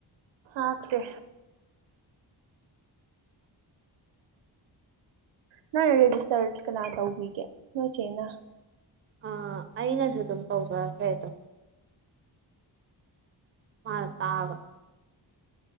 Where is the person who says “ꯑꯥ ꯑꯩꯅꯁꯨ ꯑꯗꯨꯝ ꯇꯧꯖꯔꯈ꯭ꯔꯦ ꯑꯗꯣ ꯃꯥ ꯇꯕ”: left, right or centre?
Right